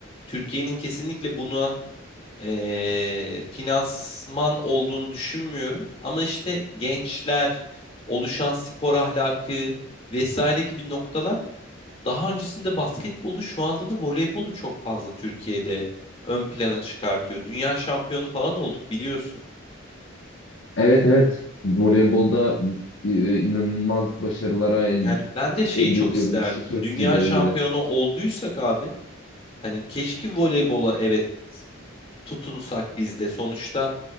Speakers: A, on the left (about 30°); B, on the left (about 65°).
A: Türkiye'nin kesinlikle buna eee, finansman olduğunu düşünmüyorum. Ama işte gençler, oluşan spor ahlakı vesaire gibi noktalar daha öncesinde basketbolu şu anda da voleybolu çok fazla Türkiye'de ön plana çıkartıyor. Dünya şampiyonu falan olduk biliyorsun.
B: Evet evet. Voleybolda e, inanılmaz başarılara elde
A: Yani ben de şeyi
B: elde
A: çok
B: ediyoruz
A: isterdim.
B: şaşırtıcı
A: Dünya
B: derecede.
A: şampiyonu olduysak abi Hani keşke voleybola evet tutunsak biz de. Sonuçta